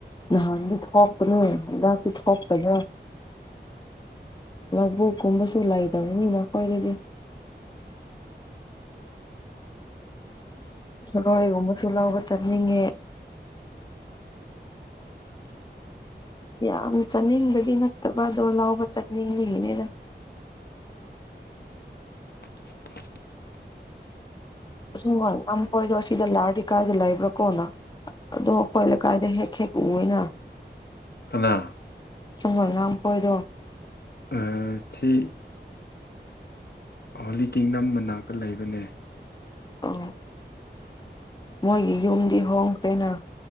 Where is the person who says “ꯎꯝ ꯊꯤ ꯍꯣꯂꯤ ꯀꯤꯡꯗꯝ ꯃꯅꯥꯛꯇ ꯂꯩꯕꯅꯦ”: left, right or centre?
Left